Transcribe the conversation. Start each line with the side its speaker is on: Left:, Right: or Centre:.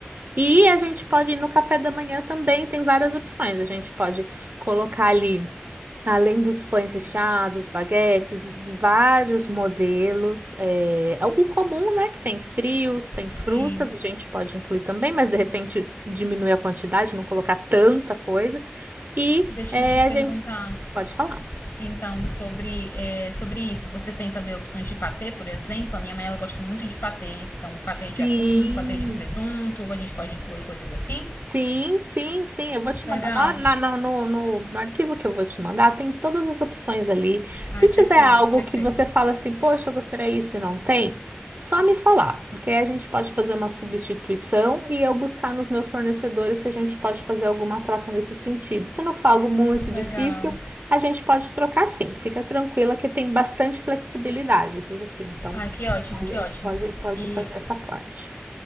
Right: E a gente pode ir no café da manhã também, tem várias opções. A gente pode colocar ali. Além dos pães recheados, baguetes, de vários modelos. é, o comum, né? Que tem frios, tem frutas,
Left: Sim,
Right: a gente pode incluir também, mas de repente diminuir a quantidade, não colocar tanta coisa. E
Left: deixa
Right: é,
Left: eu te perguntar.
Right: a gente pode falar.
Left: Então, sobre, é, sobre isso, você tem também opções de patê, por exemplo? A minha mãe ela gosta muito de patê. Então, patê
Right: Sim,
Left: de atum, patê de presunto, a gente pode incluir coisas assim.
Right: Sim, sim, sim. Eu vou te
Left: Legal.
Right: mandar. Lá, lá no, no, no, no arquivo que eu vou te mandar, tem todas as opções ali.
Left: Ai,
Right: Se
Left: perfeito,
Right: tiver algo
Left: perfeito.
Right: que você fala assim, poxa, eu gostaria disso e não tem, só me falar. Porque aí a gente pode fazer uma substituição e eu buscar nos meus fornecedores se a gente pode fazer alguma troca nesse sentido. Se não for algo muito difícil,
Left: Legal.
Right: a gente pode trocar sim. Fica tranquila que tem bastante flexibilidade, viu? Assim, então
Left: Ai, que ótimo,
Right: a
Left: que
Right: gente
Left: ótimo.
Right: pode, pode
Left: E
Right: fazer essa parte.